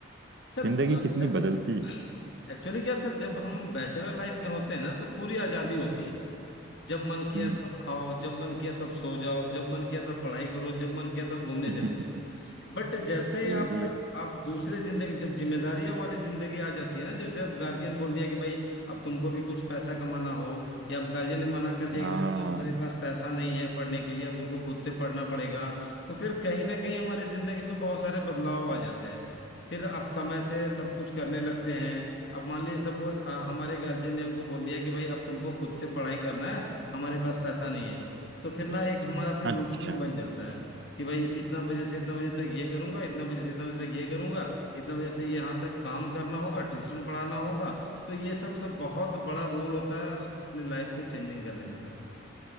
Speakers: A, on the left; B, on the right.
A: सर
B: जिंदगी
A: म-
B: कितनी
A: जब
B: बदलती है
A: एक्चुअली क्या सर जब हम बैचलर लाइफ में होते हैं ना तो पूरी आज़ादी होती है जब मन किया
B: हम्म
A: तब खाओ जब मन किया तब सो जाओ जब मन किया तब पढ़ाई करो जब मन किया तब घूमने
B: <laughs>
A: चले बट जैसे ही
B: ये
A: आप
B: भी
A: सर
B: है
A: आप दूसरे जिंदगी जब जिम्मेदारियां वाली जिंदगी आ जाती है ना जैसे अब गार्जियन बोल दिया कि भाई अब तुमको भी कुछ पैसा कमाना हो या अब गार्जियन ने मना कर दिया
B: हाँ
A: कि भाई हमारे पास पैसा नहीं है पढ़ने के लिए अब तुमको खुद से पढ़ना पड़ेगा तो फिर कहीं ना कहीं हमारे जिंदगी में बहुत सारे बदलाव आ जाते हैं फिर आप समय से सब कुछ करने लगते हैं अब मान लीजिए सपोज हमारे गार्जियन ने हमको बोल दिया कि भाई अब तुमको खुद से पढ़ाई करना है हमारे पास पैसा नहीं है तो फिर ना एक हमारा फिर
B: अच्छा
A: रूटीन बन जाता है कि भाई इतना बजे से इतना बजे तक ये करूंगा इतना बजे से इतना बजे तक ये करूंगा इतना बजे से यहाँ तक काम करना होगा ट्यूशन पढ़ाना होगा तो ये सब सब बहुत बड़ा रोल होता है अपने लाइफ को चेंजिंग करने में सर